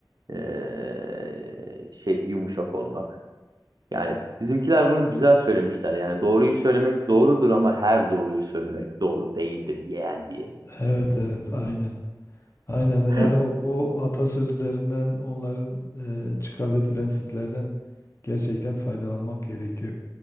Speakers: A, on the right; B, on the left.
A: eee, şey yumuşak olmak. Yani bizimkiler bunu güzel söylemişler. Yani doğruyu söylemek doğrudur ama her doğruyu söylemek doğru değildir yeğen diye.
B: evet, evet, aynen. Aynen yani
A: <laughs>
B: o, o atasözlerinden onların e, çıkardığı prensiplerden gerçekten faydalanmak gerekiyor.